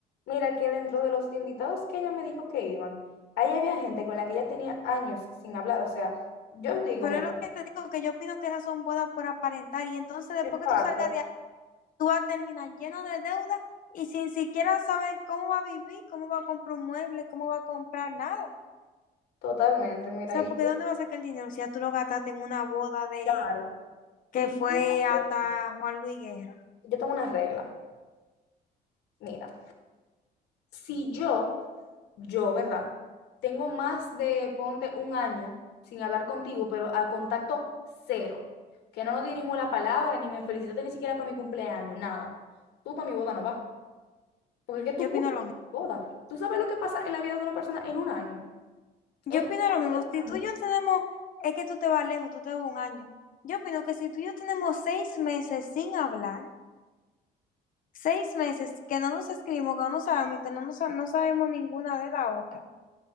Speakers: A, on the left; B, on the left.
A: Mira que dentro de los invitados que ella me dijo que iban, ahí había gente con la que ella tenía años sin hablar. O sea, yo digo,
B: Pero
A: mira,
B: es lo que te digo, que yo opino que esas son bodas por aparentar. Y entonces después
A: exacto,
B: que tú salgas de ahí, tú vas a terminar lleno de deuda y sin siquiera saber cómo va a vivir, cómo va a comprar un mueble, cómo va a comprar nada. O
A: totalmente, mira,
B: sea,
A: y
B: porque
A: yo,
B: ¿dónde vas a sacar el dinero si ya tú lo gastaste en una boda de
A: claro,
B: que
A: y yo
B: fue
A: tengo una,
B: hasta
A: re-
B: Juan Luis Guerra.
A: yo tengo una regla. Mira, si yo, yo, ¿verdad? Tengo más de, ponte, un año sin hablar contigo, pero a contacto cero, que no nos dirigimos la palabra, ni me felicitaste ni siquiera para mi cumpleaños, nada. Tú para mi boda no vas. Porque es que tú
B: Yo opino
A: buscas
B: lo mismo.
A: boda. Tú sabes lo que pasa en la vida de una persona en un año.
B: Yo
A: En un
B: opino
A: año
B: lo mismo.
A: puede pasar
B: Si tú
A: mucho.
B: y yo tenemos, es que tú te vas lejos, tú te vas un año. Yo opino que si tú y yo tenemos seis meses sin hablar, seis meses que no nos escribimos, que no nos sabemos, y que no, nos, no sabemos ninguna de la otra.